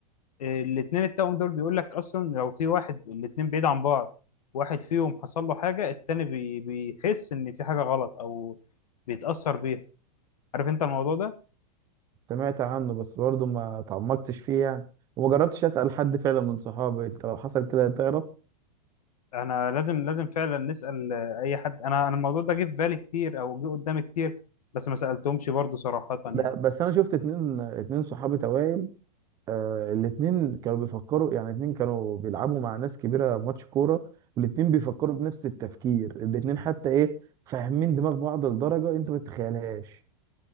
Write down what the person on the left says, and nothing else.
آه، الاتنين التوأم دول بيقول لك اصلا لو في واحد الاتنين بعيد عن بعض واحد فيهم حصل له حاجه التاني بي- بيحس ان في حاجه غلط او بيتأثر بيها عارف انت الموضوع ده
احنا لازم لازم فعلا نسأل آه، اي حد انا انا الموضوع ده جه في بالي كتير او جه قدامي كتير بس ما سألتهمش برضو صراحة يعني